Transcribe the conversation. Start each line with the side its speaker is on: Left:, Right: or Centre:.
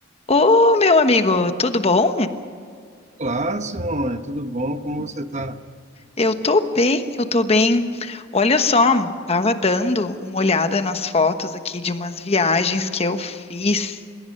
Left: Ô, meu amigo, tudo bom?
Right: Olá, Simone, tudo bom? Como você está?
Left: Eu tô bem, eu tô bem. Olha só, tava dando uma olhada nas fotos aqui de umas viagens que eu fiz.